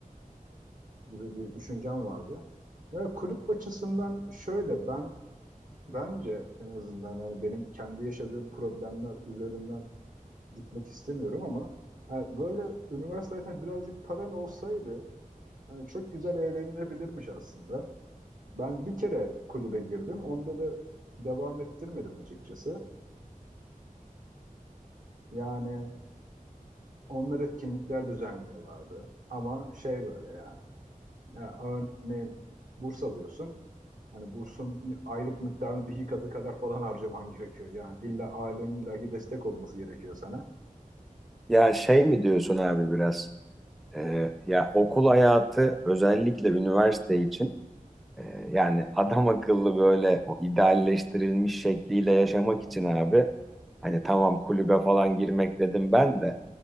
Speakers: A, on the right; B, in the centre.
A: gibi bir düşüncem vardı. Ya kulüp açısından şöyle ben bence en azından hani benim kendi yaşadığım problemler üzerinden gitmek istemiyorum ama yani böyle üniversite hayatında birazcık paran olsaydı hani çok güzel eğlenilebilirmiş aslında. Ben bir kere kulübe girdim. Onda da devam ettirmedim açıkçası. Yani onlar etkinlikler düzenliyorlardı. Ama şey böyle yani. Ya örneğin burs alıyorsun. Hani bursun aylık miktarının iki katı kadar falan harcaman gerekiyor. Yani illa ailenin illaki destek olması gerekiyor sana.
B: Ya şey mi diyorsun abi biraz? Ee, ya okul hayatı özellikle üniversite için e, yani adam akıllı böyle o idealleştirilmiş şekliyle yaşamak için abi hani tamam kulübe falan girmek dedim ben de